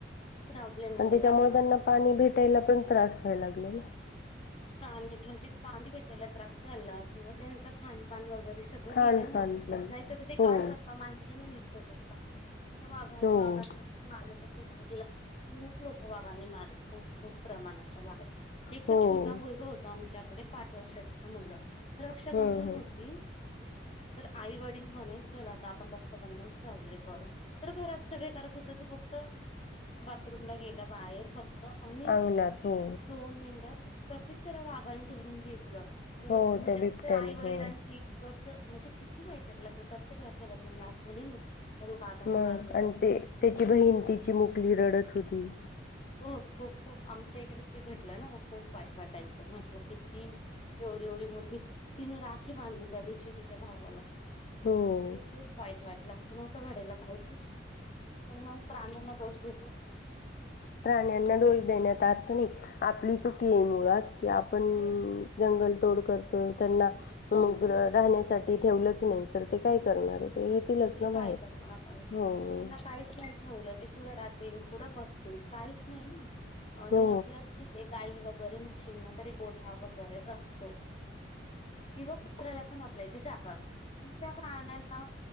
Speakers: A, on the left; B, on the left.
A: प्रॉब्लेम येईल
B: आणि त्याच्यामुळे
A: लागला
B: त्यांना पाणी भेट प्यायला पण त्रास व्हाय लागला ना,
A: प्राणी म्हणजे पाणी भेटायला त्रास झाला किंवा त्यांच खा पान वगैरे सगळं
B: खानपान
A: गेलं ना,
B: पण
A: नाहीतर ते
B: हो
A: काय करता माणसान युद्ध करता आता वाघा
B: हो
A: वाघाच मारलं तर खूप ऐकलं खूप लोक वागानी मारलं खूप, खूप प्रमाणाच्या बाहेर एक
B: हो
A: तर छोट होतं आमच्याकडे पाच वर्षाचा मुलगा रक्षाबंधन
B: हम्म हम्म
A: होती, तर आई वडील म्हणे चल आता आपण रक्त बंधन साजरे करू, तर घरात सगळे करत होतं ज फक्त बाथरूमला गेलं बाहेर फक्त अनिल
B: अंगणात हो
A: दोन मिनटांत लकीच त्याला वाघाने धरून घेतलं, तेव्हा
B: हो
A: ते म्हणजे
B: त्या बिबट्याने
A: अस आई वडिलांची
B: हो
A: कसं म्हणजे किती वाईट वाटलं असल, प्रत्येक रक्षाबंधन आठवून येईल ना. अरे वाघानी
B: मग
A: माझं
B: आणि ते त्याची बहीण ती चिमुकली रडत होती.
A: हो खूप, खूप आमच्या इकडे ते घटलं ना खूप वाईट वाटायचं म्हटलं किती, एवढी- एवढी मुलगी तिने राखी बांधली त्या दिवशी तिच्या भावाला
B: हो
A: <unintelligible> वाईट वाटलं असं नव्हतं घडायला पाहिजे, पण मग प्राण्यांना दोष देतो.
B: प्राण्यांना दोष देण्यात आर्थ नाही, आपली चुकी आहे मुळात कि आपण
A: हो
B: जंगल तोड करतोय त्यांना मुगृ
A: हो हो.
B: राहण्यासाठी ठेवलंच नाही तर ते काय करणार आहेत हे येतीलच
A: ते
B: ही ते ना बाहेर
A: काय करणार <unintelligible> त्यांना
B: हो
A: काहीच नाही ठेवलं ते कुठं राहतील, कुठं बसतील काहीच नाही ना आणि
B: हो
A: आपल्या ठीक ये गाई वगैरे म्हशीना तरी गोठा वगैरे असतो, किंवा कुत्र्याला पण आपल्या इथे जागा असती पण त्या प्राण्यांना